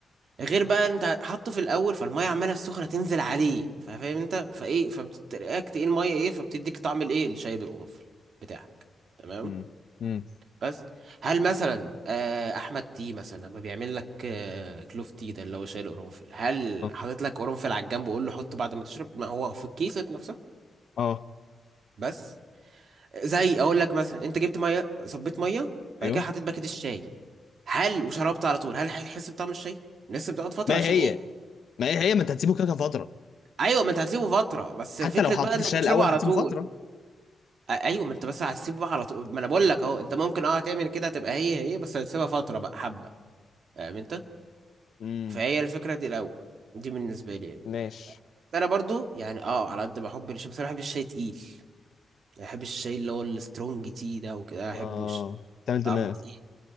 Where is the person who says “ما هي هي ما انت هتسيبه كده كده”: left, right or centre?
Left